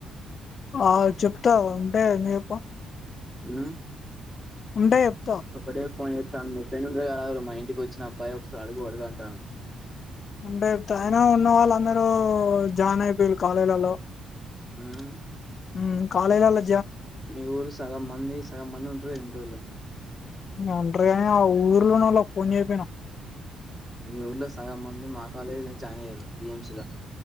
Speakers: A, on the left; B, on the right.
A: ఆ చెప్తా ఉంటే ఎందుకు చెప్ప
B: ఉమ్
A: ఉంటే చెప్
B: ఒకడే ఫోన్ చేస్తాను మీ ఫ్రెండ్ ఉండరు కద మా ఇంటికి వచ్చిన అబ్బాయి ఒకసారి అడుగు అడుగు అంటండు
A: ఉంటే చెప్తా ఆయిన ఉన్న వాళ్ళు అందరూ జాయిన్ అయిపోయారు కాలేజీలలో
B: హుమ్
A: ఊమ్ కాలేజీ లలో
B: మీ ఊరు సగం మంది సగం మంది ఉంట్ర ఇంటరోల్లు
A: అంటరుగానే ఆ ఊర్లోనే వాళ్ళ ఫోన్ చేయపోయినా
B: మీ ఊర్లో సగం మంది మా కాలేజీ లో జాయిన్ అయినారు బీఎంసీ ల